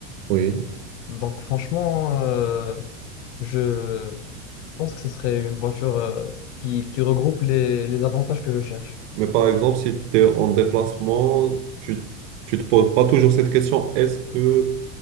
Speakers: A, on the right; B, on the left.
A: Oui,
B: Donc, franchement, euh, je pense que ce serait une voiture, euh, qui, qui regroupe les, les avantages que je cherche.
A: Mais par exemple, si tu es en déplacement, tu tu te poses pas toujours cette question, est-ce que